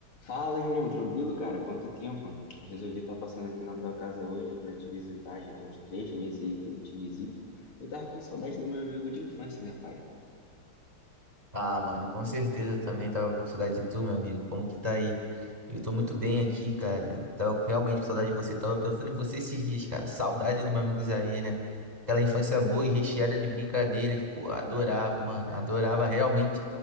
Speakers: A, on the left; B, on the right.
A: Fala, irmão, tranquilo, cara? Quanto tempo? Eu resolvi estar passando aqui na tua casa hoje para te visitar. Já tem uns três meses aí que eu não te visito. Eu tava com saudade do meu amigo de infância, né, pai?
B: Ah, mano, com certeza eu também tava com saudade de tu, meu amigo. Como que tá aí? Eu tô muito bem aqui, cara. Eu tava realmente com saudade de você. Eu Tava pensando em você esses dias, cara. Saudade do meu amigo Isaí, né? Aquela infância boa e recheada de brincadeiras. Pô, adorava, mano. Adorava realmente